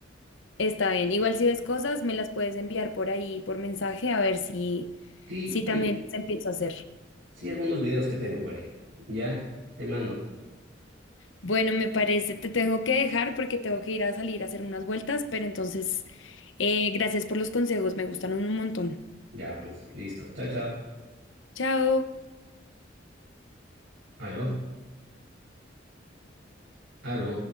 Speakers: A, on the left; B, on the right.
A: está bien. Igual si ves cosas, me las puedes enviar por ahí, por mensaje, a ver si,
B: Sí,
A: si también
B: sí,
A: las empiezo a hacer.
B: sí, algunos videos que tengo por ahí. Ya, te mando.
A: Bueno, me parece, te tengo que dejar porque tengo que ir a salir a hacer unas vueltas, pero entonces, eh, gracias por los consejos, me gustaron un montón.
B: Ya, pues, listo. Chao, chao.
A: Chao.
B: Aló, aló.